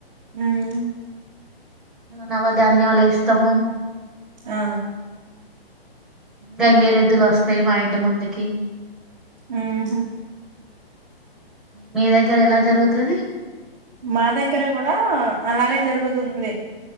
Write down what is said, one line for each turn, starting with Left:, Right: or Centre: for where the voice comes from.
Right: ఉమ్
Centre: నవ ధాన్యాలు ఏస్తాము
Right: ఆ
Centre: గంగిరెద్దులొస్తాయి మా ఇంటి ముందుకి
Right: ఉ హు
Centre: మీ దగ్గర ఎలా జరుగుతది
Right: మా దగ్గర కూడా అలాగే జరుగుతుంది